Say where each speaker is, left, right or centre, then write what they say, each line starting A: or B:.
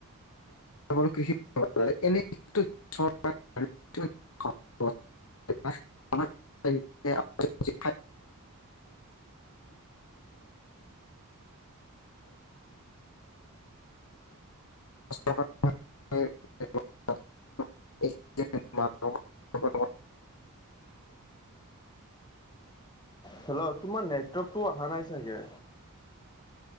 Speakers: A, on the left (about 70°); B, on the left (about 20°).
A: <unintelligible> <unintelligible> <unintelligible> <unintelligible>
B: হেল্ল' তোমাৰ নেটৱৰ্কতটো অহা নাই চাগে।